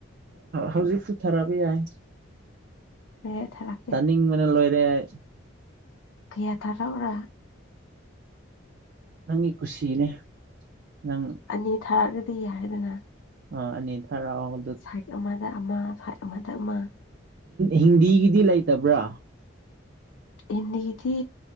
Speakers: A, on the right; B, on the left.
A: ꯍꯧꯖꯤꯛꯁꯨꯨꯊꯔꯕ ꯌꯥꯏ
B: ꯑꯦ ꯊꯔꯛꯀꯦ
A: ꯇꯅꯤꯡꯕꯅ ꯂꯣꯏꯔꯦ ꯍꯥꯢ
B: ꯀꯌꯥ ꯊꯔꯥꯎꯔ
A: ꯅꯪꯒꯤ ꯀꯨꯁꯤꯅꯦ ꯅꯪ
B: ꯑꯅꯤ ꯊꯥꯔꯛꯒꯗꯤ ꯌꯥꯏꯔꯗꯅ
A: ꯑ ꯑꯅꯤ ꯊꯔꯥꯎ
B: ꯁꯥꯏꯠ ꯑꯃꯗ ꯑꯃ ꯁꯥꯏꯠ ꯑꯃꯗ ꯑꯃ
A: ꯍꯤꯟꯗꯤꯒꯤꯗꯤ ꯂꯩꯇꯕ꯭ꯔꯥ
B: ꯍꯅꯤ ꯏꯗꯤ